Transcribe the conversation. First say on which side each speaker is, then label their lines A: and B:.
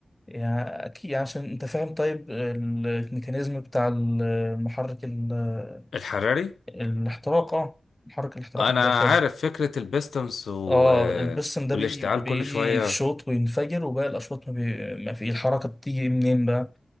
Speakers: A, on the left; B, on the left.
A: يعني اكيد يعني عشان انت فاهم طيب ال- الميكانيزم بتاع المحرك ال-
B: الحراري
A: الاحتراق اه محرك الاحتراق
B: انا
A: الداخلي
B: عارف فكرة البيستمز و...
A: اه البستم ده
B: والاشتعال
A: بيجي بيجي
B: كل شوية
A: في شوط وينفجر وباقي الاشواط ما, بي... ما في الحركه بتيجي منين بقى